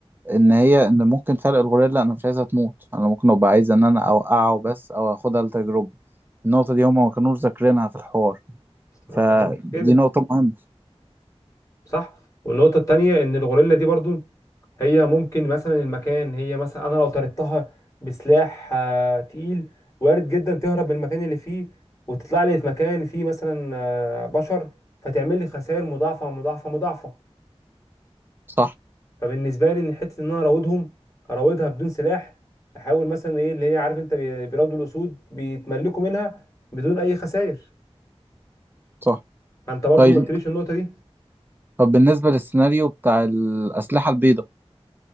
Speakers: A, on the right; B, on the left.
A: ان هي ان ممكن فرق الغوريلا انا مش عايزها تموت انا ممكن ابقى عايز ان انا اوقعه بس او اخدها لتجربه النقطه دي هما ما كانوش ذاكرينها في الحوار
B: انا
A: فدي
B: بكلمك في كده
A: نقطه مهمه
B: صح والنقطه الثانيه ان الغوريلا دي برضو هي ممكن مثلا المكان هي مثلا انا لو طردتها بسلاح آه، تقيل وارد جدا تهرب من المكان اللي فيه وتطلع لي في مكان فيه مثلا آه، بشر فتعمل لي خسائر مضاعفه مضاعفه مضاعفه
A: صح
B: فبالنسبه لي ان حته ان انا اراودهم اراودها بدون سلاح احاول مثلا ايه اللي هي عارف انت بي- بيراودوا الاسود بيتملكوا منها بدون اي خسائر
A: صح
B: فانت برضو
A: طيب
B: ما قلتليش النقطه دي
A: طب بالنسبة للسيناريو بتاع الأسلحة البيضاء